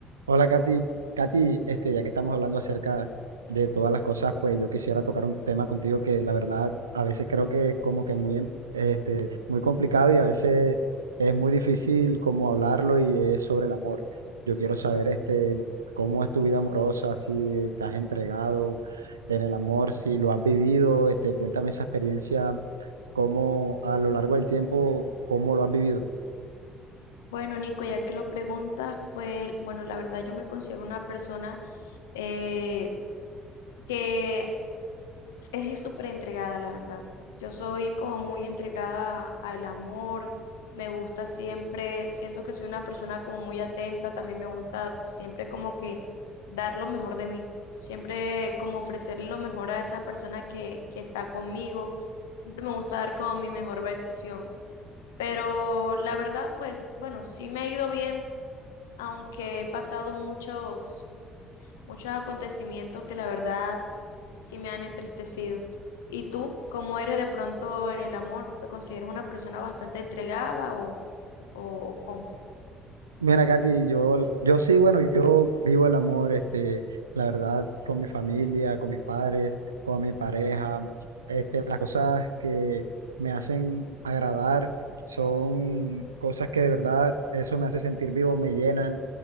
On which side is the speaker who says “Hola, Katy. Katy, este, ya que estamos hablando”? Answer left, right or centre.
Right